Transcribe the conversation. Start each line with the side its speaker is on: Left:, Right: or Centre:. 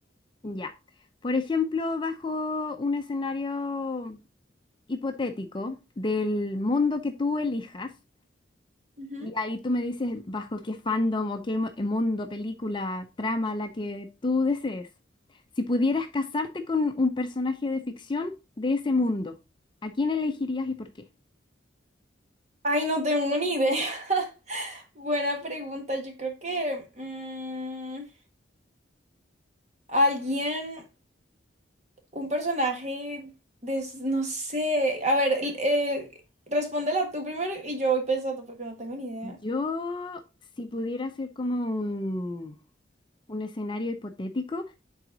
Left: Ya. Por ejemplo, bajo un escenario hipotético del mundo que tú elijas,
Right: Ujú.
Left: Y ahí tú me dices bajo qué fandom o qué mu- eh, mundo, película, trama, la que tú desees. Si pudieras casarte con un personaje de ficción de ese mundo, ¿a quién elegirías y por qué?
Right: Ay, no tengo ni idea. <laughs> Buena pregunta. Yo creo que mm, alguien, un personaje de, s- no sé. A ver, el- eh, respóndela tú primero y yo voy pensando porque no tengo ni idea.
Left: Yo, si pudiera hacer como un, un escenario hipotético,